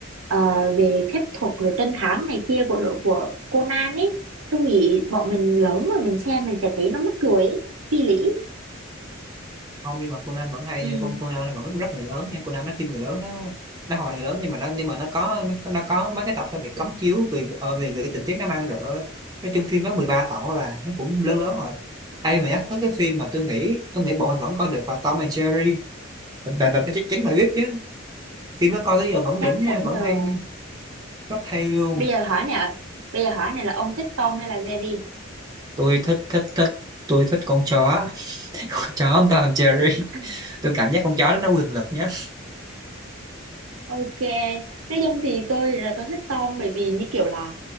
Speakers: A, on the right (about 80°); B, on the right (about 20°).
A: ờ, về phép thuật rồi trinh thám này kia của đội của Conan ấy tôi nghĩ bọn mình lớn rồi mình xem mình sẽ thấy nó mắc cười ý phi lý
B: không nhưng mà Conan vẫn hay
A: ừ
B: nha con Conan nó vẫn rất người lớn nha Conan nó phim người lớn đó nó hồi người lớn nhưng mà nó nhưng mà nó có nó, nó có mấy cái tập nó bị cấm chiếu vì ờ, vì vì cái tình tiết nó mang rồi nói chung phim nó 13 tập là nó cũng lớn lớn rồi ai mà nhắc tới cái phim mà tôi nghĩ tôi nghĩ bọn mình vẫn coi được là Tom and Jerry là là chắc chắn là biết chứ phim nó coi tới giờ vẫn
A: chắc
B: đỉnh nha
A: chắn
B: vẫn
A: rồi
B: hay rất hay luôn
A: bây giờ hỏi nào bây giờ hỏi này là ông thích Tom hay là Jerry
B: tôi thích thích thích tôi thích con chó <laughs> con chó Tom and Jerry
A: <laughs>
B: tôi cảm giác con chó đó nó quyền lực nhất
A: ok nói chung thì tôi là tôi thích Tom bởi vì như kiểu là